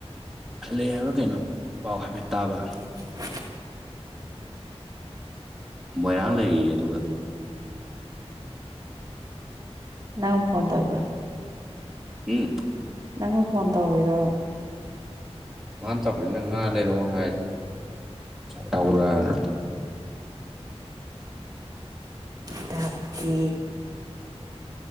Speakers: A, in the centre; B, on the right (about 35°).
A: ꯂꯩ ꯍꯥꯏꯕ꯭ꯔꯥ ꯀꯩꯅꯣ ꯄꯥꯎ ꯍꯥꯏꯐꯦꯠ ꯇꯥꯕ
B: <inaudible>
A: ꯃꯣꯏꯔꯥꯡ ꯂꯩꯔꯤꯌꯦ ꯑꯗꯨꯒ
B: ꯅꯪ ꯐꯣꯟ ꯇꯧꯔꯤꯕꯥ
A: ꯍꯝ
B: ꯅꯪꯅ ꯐꯣꯟ ꯇꯧꯔꯔꯕ
A: ꯃꯥꯅ ꯇꯧꯄꯅꯤꯅꯪ ꯉꯥ ꯂꯩꯔꯛꯑꯣ ꯍꯥꯏ ꯌꯥꯔꯅ
B: ꯇꯄꯤ